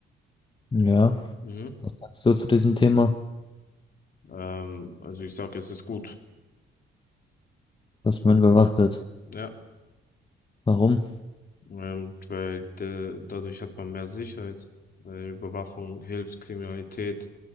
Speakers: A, on the left (about 25°); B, on the left (about 50°).
A: ja,
B: Mhm.
A: was sagst du zu diesem Thema,
B: Ähm, also ich sag, es ist gut.
A: dass man
B: Hat-
A: überwacht
B: sich-
A: wird?
B: Ja.
A: Warum?
B: ähm, weil äh, dadurch hat man mehr Sicherheit. Äh, Überwachung hilft, Kriminalität,